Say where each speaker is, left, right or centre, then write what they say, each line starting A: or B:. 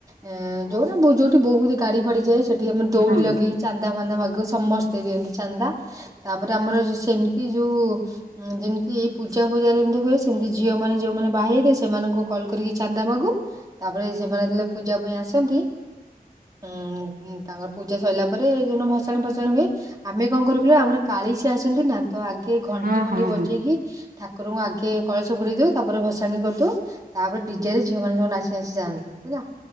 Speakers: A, on the right (about 25°); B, on the right (about 70°).
A: ଏ ଯୋଉ ଯୋଉଠି ବହୁତ ଗାଡି ଫାଡି ଯାଏ ସେଠି ଆମେ ଦଉଡି
B: ହଁ
A: ଲଗେଇ ଚାନ୍ଦା ଫାନ୍ଦା ମାଗୁ ସମସ୍ତେ ଦିଅନ୍ତି ଚାନ୍ଦା। ତାପରେ ଆମର ସେମତି ଯୋଉ ଯେମ ତି ଏଇ ପୂଜା ଫୂଜା ଯେମତି ହୁଏ ସେମତି ଝିଅ ମାନେ ଯୋଉମାନେ ବାହହେଇ ଥି ସେମାନଙ୍କୁ କଲ୍ କରିକି ଚାନ୍ଦା ମାଗୁ। ତାପରେ ସେମାନେ ଯେତେବେଳେ ପୂଜା ପାଇଁ ଆସନ୍ତି। ଉଁ ତାଙ୍କର ପୂଜା ସଇଲା ପରେ ଯୋଉ ଦିନ ଭସାଣି ଫସାଣି ହୁଏ। ଆମେ କଣ କରୁ କହିଲୁ ଆମର କାଳିସି ଆସନ୍ତି ନା ତ ଆଗେ ଘଣ୍ଟି
B: ହଁ
A: ଫଣ୍ଟି
B: ହଁ
A: ବଜେଇକି
B: ହଁ
A: ଠାକୁରଙ୍କୁ ଆଗେ କଳସ ବୁଡ଼େଇ ଦଉ ତାପରେ ଭସାଣି କରିଦଉ। ତାପରେ ଡିଜେ ରେ ଝିଅ ମାନେ ସବୁ ନାଚି ନାଚି ଯାଆନ୍ତି ହେଲା